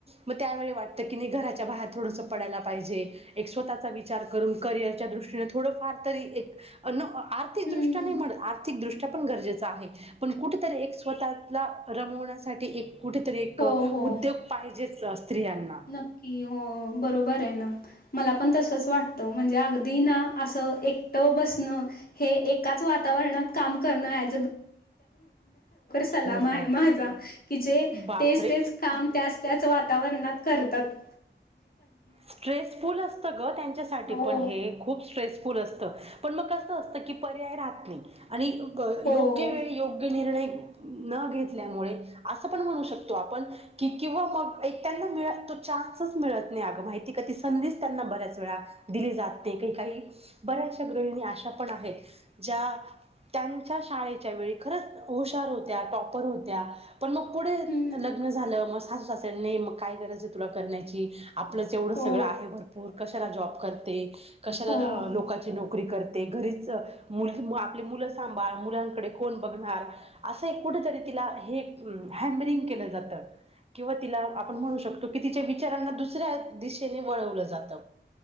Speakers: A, on the right; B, on the left.
A: मग त्यावेळी वाटतं की घरा च्या बाहेर थोडसं पडायला पाहिजे एक स्वतःचा विचार करून करिअरच्या दृष्टीने थोडंफार तरी एक आर्थिक
B: हं,
A: दृष्टा नाहीत आर्थिक दृष्टा गरजे आहे पण कुठतरी स्वतःला रमण्यासाठी कुठेतरी एक
B: हो,
A: उद्योग
B: हो.
A: पाहिजेच स्त्रियांना
B: नक्की हो बरोबर आहे ना मला पण तसच वाटत म्हणजे अगदी ना अस एकट बस न हे एकाच वातावरणात काम करणं सलाम
A: हो
B: आहे
A: हो
B: माझा कि जे
A: बापरे
B: तेच तेच काम त्या त्याच वातावरणात करताते
A: स्ट्रेसफुल असत ग त्यांच्यासाठी
B: हो
A: पण हे खूप स्ट्रेसफुल अस पण म अस असत क पर्याय राहत नाही आणि क
B: हो.
A: योग्य वेळी योग्य निर्णय न घेतल्यामुळे असं पण म्हणू शकतो आपण की किंवा मग एक त्यांना मिळ तो चान्स चान्स मिळत नाही माहिी संधीच त्यांना बऱ्याच वेळा दिली जाते काही काही बऱ्याचशा गृहिणी आशा पण आहेत ज्या त्यांच्या शाळेच्या वेळी खरंच हुशार होत्या टॉपर होत्या पण मग पुढे
B: हम्म.
A: लग्न झालं मग सासू सासरे नाही मग काय गरज आहे तुला करण्याची आपलंच एवढं
B: हो.
A: सगळं आहे भरपूर कशाला जॉब करते कशाला
B: हो, हो,
A: लोकची नोकरी करते. घरीच आपली मुलं सांभाळ मुलांकडे कोण बघणार असं कुठेतरी त्याला हॅमरिंग केलं जातं किंवा तिला आपण
B: हो,
A: म्हणू शकतो कि तिच्या विचारांना दुसऱ्या दिशेने वळवलं जात